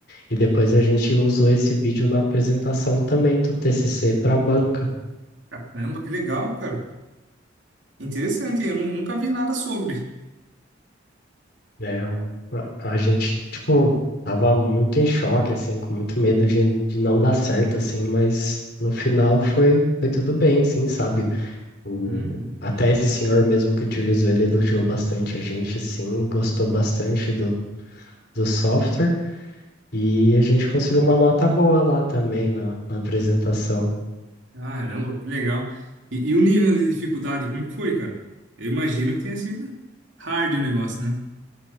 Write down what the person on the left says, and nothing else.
e depois a gente usou esse vídeo na apresentação também do TCC para a banca,
né? O- A, a gente tipo tava muito em choque assim, com muito medo de, de não dar certo assim, mas no final foi foi tudo bem assim, sabe? O
até esse senhor mesmo que utilizou ele elogiou bastante a gente assim, gostou bastante do do software. E a gente conseguiu uma nota boa lá também na, na apresentação.